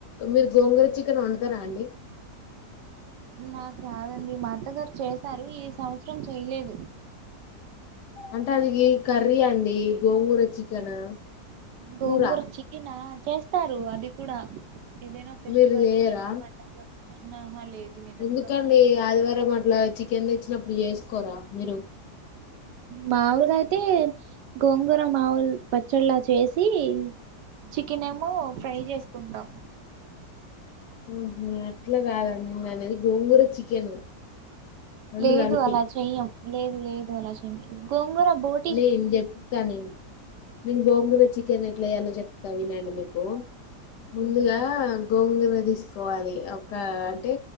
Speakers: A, on the left; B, on the right.
A: మీరు గోంగూర చికెన్ వండుతారా అండి
B: నాకు రాదండి మా అత్తగారు చేశారు. ఈ సంవత్సరం చేయలేదు.
A: అంటే అది కర్రీ అండి గోంగూర చికెన్.
B: గోంగూర
A: కూర
B: చేసినా చేస్తారు అది కూడా. ఏదైనా ఫెస్టివల్స్
A: మీరు చేయరా
B: కి, పండగల కు నా హాలిడే లేదు. నేను
A: ఎందుకండి
B: ఎప్పుడు వండలే
A: ఆదివారం అట్లా చికెన్ తెచ్చినప్పుడు చేసుకోరా మీరు?
B: మావులుగా అయితే గోంగూర మామూలు గా పచ్చళ్ళ చేసి చికెన్ ఏమో ఫ్రై చేసుకుంటాం.
A: ఆహ, అట్లా కాదండి నేను అనేది గోంగూర చికెన్. రెండు
B: లేదు
A: కలిపి
B: అలా చెయ్యము. లేదు లేదు అలా చెయ్యము గోంగూర బోటి
A: నేను చెప్తా నేను. నేను గోంగూర చికెన్ ఎట్లా చెయ్యాలో చెప్తా వినండి మీకు. ముందుగా
B: చెప్పండి
A: గోంగర తీసుకోవాలి ఒకటి